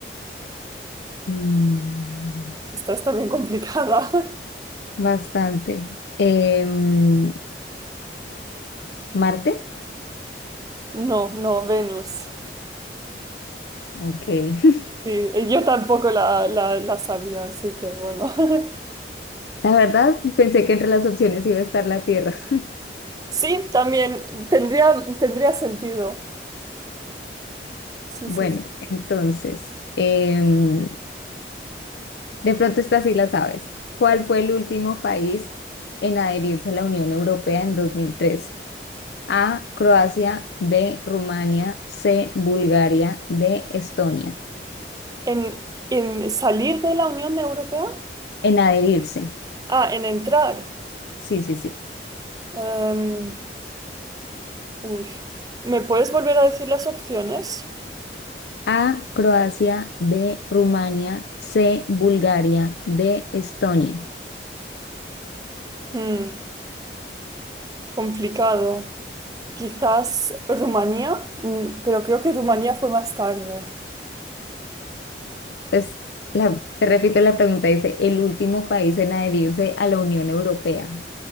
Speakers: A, on the left; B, on the right.
A: Mm,
B: Esta es también complicada. <laughs>
A: bastante. Em, Marte.
B: No, no, Venus.
A: Ok. <laughs>
B: Sí, y yo tampoco la, la, la sabía, así que bueno. <laughs>
A: La verdad, pensé que entre las opciones iba a estar la Tierra. <laughs>
B: Sí, también tendría, tendría sentido. Sí,
A: Bueno,
B: sí.
A: entonces, em, De pronto esta sí la sabes. ¿Cuál fue el último país en adherirse a la Unión Europea en 2013? A, Croacia, B, Rumania, C, Bulgaria, D, Estonia.
B: ¿En, en salir de la Unión Europea?
A: En adherirse.
B: Ah, en entrar.
A: Sí, sí, sí.
B: Em, uy. ¿Me puedes volver a decir las opciones?
A: A, Croacia, B, Rumania, C, Bulgaria, D, Estonia.
B: Hmm, complicado. Quizás Rumanía, Mm, pero creo que Rumanía fue más tarde.
A: Entonces, la- te repito la pregunta, dice, el último país en adherirse a la Unión Europea